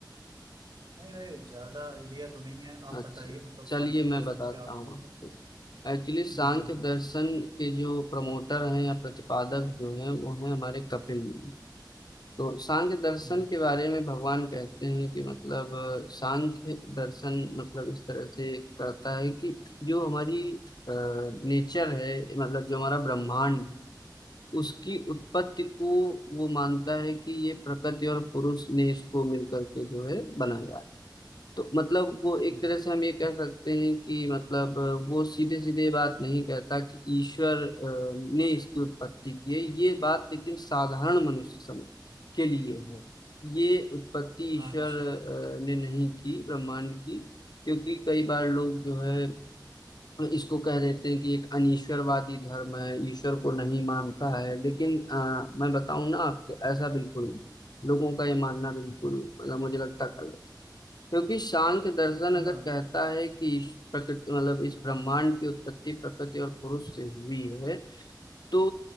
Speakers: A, on the right; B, on the left.
A: नहीं भाई ज्यादा आइडिया तो नहीं है आप
B: अच्छा
A: बताइए मतलब
B: चलिए
A: शांत
B: मैं
A: फैशन
B: बताता
A: क्या होगा
B: हूँ आपको
A: मतलब
B: एक्चुअली सांख्य
A: हम्म
B: दर्शन के जो प्रमोटर हैं या प्रतिपादक जो हैं वो हैं हमारे कपिल मुनि तो सांख्य दर्शन
A: हम्म
B: के बारे में भगवान कहते हैं कि मतलब अ, सांख्य दर्शन मतलब इस तरह से कहता है कि जो हमारी नेचर है मतलब जो हमारा ब्रह्मांड है उसकी उत्पत्ति को वो मानता है कि ये प्रकृति और पुरुष ने इसको मिलकर के जो है बनाया है तो मतलब वो एक
A: हम्म,
B: तरह से हम ये कह सकते हैं कि मतलब अ, वो सीधे सीधे बात नहीं कहता कि ईश्वर अ, ने इसकी उत्पत्ति की है ये बात लेकिन साधारण मनुष्य सम- के लिए है ये उत्पत्ति ईश्वर
A: अच्छा
B: अ, ने नहीं की ब्रह्मांड की क्योंकि कई बार लोग जो है इसको कह देते हैं कि एक अनीश्वरवादी धर्म है ईश्वर को नहीं मानता है लेकिन अ, मैं बताऊं ना आपको ऐसा बिल्कुल नहीं लोगों का ये मानना बिल्कुल मतलब मुझे लगता है गलत। क्योंकि सांख्य दर्शन
A: हाँ
B: अगर कहता है कि इस प्रकृति मतलब इस ब्रह्मांड की उत्पत्ति प्रकृति और पुरुष से हुई है तो